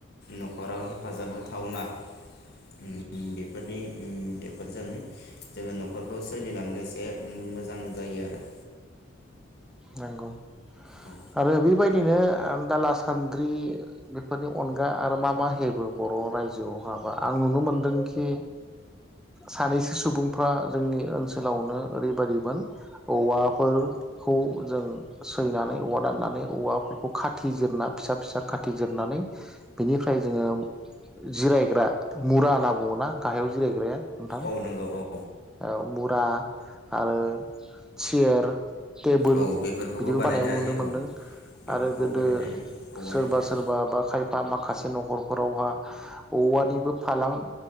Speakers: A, on the left; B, in the centre.
A: नखराव हेफाजाब होथावना ओम बेफोरनि ओम बेफोरजों जोङो नखरखौ सोलिलांनो एसे ओम मोजां जायो आरो
B: नंगौ
A: औ
B: आरो बेबायदिनो दाला सान्द्रि बेफोरनि अनगा आरो मा मा हेबो बर रायजोआव हाबा आं नुनो मोनदोंखि सानैसो सुबुंफ्रा जोंनि ओनसोलावनो ओरैबायदिमोन औवाफोर खौ जों सैनानै औवा दाननानै औवाफोरखौ खाथि जिरना फिसा फिसा खाथि जिरनानै बेनिफ्राय जोङो जिरायग्रा मुरा होनना बुङोना गाहायाव जिरायग्राया नोंथां
A: औ नंगौ औ
B: औ मुरा आरो सियेर टेबोल
A: औ बेफोरखौबो
B: बिदिबो
A: बानायनो
B: बानायाव नुनो
A: हायो
B: मोनदों
A: औ बेफोरखौबो
B: आरो गोदो
A: बानायनो हायो औवानिफ्राय
B: सोरबा सोरबा बा खायफा माखासे नखर रावहा औवानिबो फालां